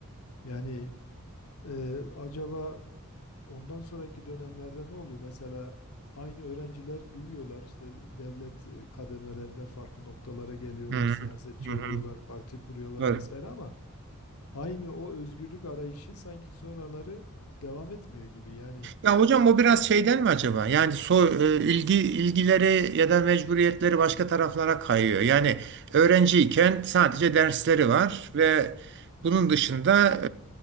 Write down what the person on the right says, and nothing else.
Hı hı.
Hı
hı.
Doğru.
Ya hocam o biraz şeyden mi acaba? Yani so, e, ilgi ilgileri ya da mecburiyetleri başka taraflara kayıyor. Yani öğrenciyken sadece dersleri var ve bunun dışında